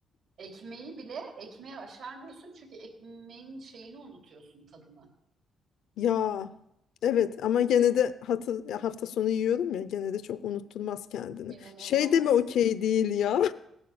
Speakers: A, on the right; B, on the left.
A: Ekmeği bile ekmeğe aşarmıyorsun çünkü ekmeğin şeyini unutuyorsun tadını.
B: ya evet ama gene de hatı, ya hafta sonu yiyorum ya gene de çok unutturmaz kendini.
A: İnanılmaz.
B: Şey de mi okey
A: <laughs>
B: değil ya